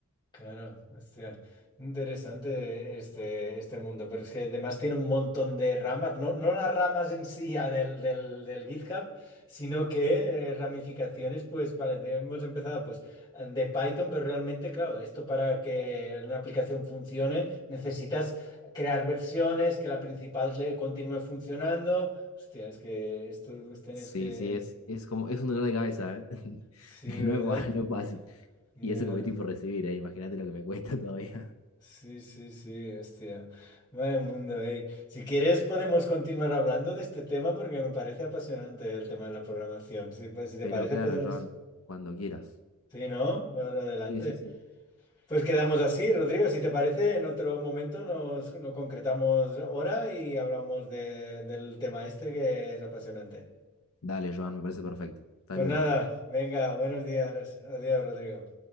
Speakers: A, on the left (about 20°); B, on the left (about 80°).
A: Claro, hostia, interesante este, este mundo, pero es que además tiene un montón de ramas, no, no las ramas en sí ya del, del, del GitHub, sino que eh, ramificaciones, pues vale, de- hemos empezado pues de Python, pero realmente, claro, esto para que una aplicación funcione necesitas crear versiones, que la principal le continúe funcionando. Hostia, es que esto pues, tenés
B: Sí,
A: que...
B: sí, es, es como, es un dolor de cabeza, ¿eh? <laughs>
A: Sí, ¿verdad?
B: No es, fa- no es fácil.
A: Ya.
B: Y eso que me estoy por recibir, ¿eh? Imagínate lo que me cuesta <laughs> todavía.
A: Sí, sí, sí, hostia. Vaya mundo, ey. Si quieres podemos continuar hablando de este tema porque me parece apasionante el tema de la programación. Si, pues, si te
B: Pero
A: parece
B: claro,
A: podemos...
B: Joan, cuando quieras.
A: Sí, ¿no? Bueno, adelante.
B: Sí, sí, sí.
A: Pues quedamos así, Rodrigo. Si te parece, en otro momento nos, nos concretamos hora y hablamos de- del tema este que es apasionante.
B: Dale, Joan, me parece perfecto. Hasta
A: Pues
B: luego.
A: nada, venga, buenos días. Adiós, Rodrigo.